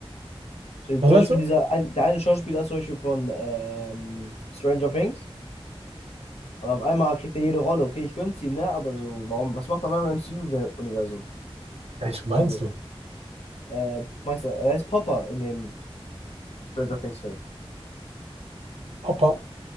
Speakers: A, on the left; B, on the right.
A: So, Zum
B: Was
A: Beispiel
B: meinst du?
A: dieser, ein- der eine Schauspieler ist zum Beispiel von ähm, Stranger Things. Und auf einmal kriegt er jede Rolle. Okay, ich gönn's ihm, ne? Aber so, warum, was macht er auf einmal im MCU-Universum?
B: Welch meinst
A: So,
B: du?
A: äh, Meister, er ist Popper in dem Stranger Things-Film.
B: Hoppa.